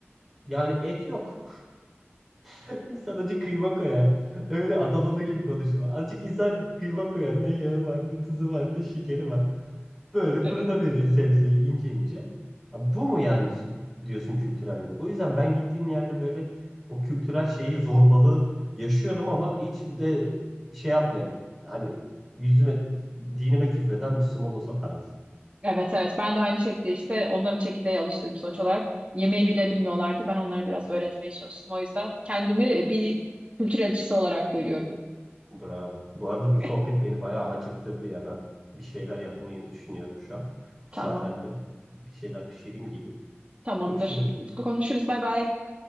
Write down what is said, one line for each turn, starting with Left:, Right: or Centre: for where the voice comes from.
Centre: Yani et yok. <laughs> İnsan acık kıyma koyar. Öyle Adanalı gibi konuştum. Azıcık insan kıyma koyar. Ne yağı var, ne tuzu var, ne şekeri var. Böyle fırına
Right: Evet.
Centre: veriyor sebzeyi ince ince. Ya bu mu yani diyorsun kültürel yemek? O yüzden ben gittiğim yerde böyle o kültürel şeyi zorbalığı yaşıyorum ama hiç de şey yapmıyorum. Hani yüzüme, dinime küfreden Müslüman olsa tarzı.
Right: Evet evet ben de aynı şekilde işte onları çekirdeğe alıştırdım sonuç olarak. Yemeği bile bilmiyorlardı. Ben onlara biraz öğretmeye çalıştım. O yüzden kendimi bir kültür elçisi olarak görüyorum.
Centre: Bravo. Bu arada
Right: <laughs>
Centre: bu sohbet beni bayağı acıktırdı ya. Ben bir şeyler yapmayı düşünüyorum şu an. Müsaadenle
Right: Tamam.
Centre: bir şeyler pişireyim geleyim.
Right: Tamamdır.
Centre: Görüşürüz.
Right: Konuşuruz. Bay bay.